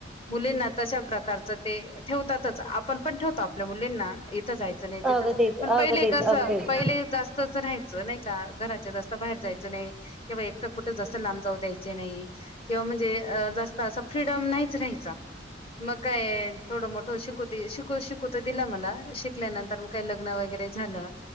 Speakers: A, on the left (about 30°); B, in the centre.
A: मुलींना तशा प्रकारचं ते ठेवतातच आपण पण ठेवतो. आपल्या मुलींना इथ जायचं नाही तिथं
B: अगदीच
A: पण
B: अगदीच
A: पहिले कस
B: अगदीच
A: पहिले जास्तच राहाय अस नाही का, घराच्या जास्त बाहेर जायचं नाही. किंवा एकट कुठ आसं लांब जाऊ द्यायचे नाही, किंवा म्हणजे जास्त अस, फ्रीडम नाहीच राहायच, मग काय थोडं मोठं शिकूदे शिकू तर दिल मला, शिकल्यानंतर मग काय लग्न वगैरे झालं.